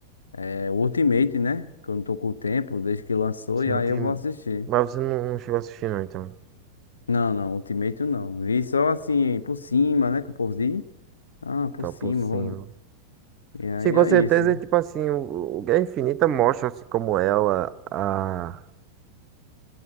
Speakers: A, on the left; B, on the right.
A: é, Ultimate, né? Que eu não tô com o tempo desde que lançou
B: Se
A: e
B: não
A: aí
B: tem,
A: eu vou assistir.
B: mas você não, não chegou a assistir não, então.
A: Não, não, Ultimate não. Vi só assim por cima, né? Que o povo diz. Ah, por
B: Tá
A: cima,
B: por cima.
A: vamos. E aí
B: Sim, com
A: é
B: certeza,
A: isso.
B: tipo assim, o, o Guerra Infinita mostra assim, como é a, a,